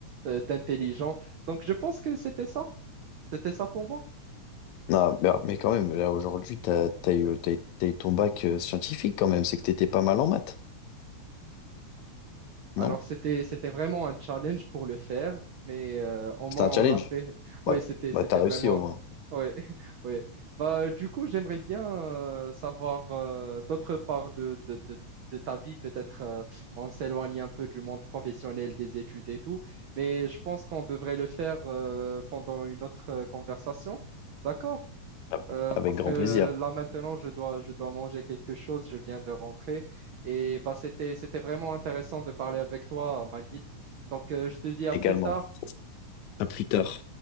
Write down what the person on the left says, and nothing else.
Ah, mais mais quand même, là aujourd'hui, t'as, t'as eu, t'as eu t'as eu ton bac euh, scientifique quand même, c'est que t'étais pas mal en maths,
non?
C'était
un challenge.
Bah,
bah,
t'as réussi
au moins,
Ah bah,
avec
grand
plaisir
également.
À plus tard.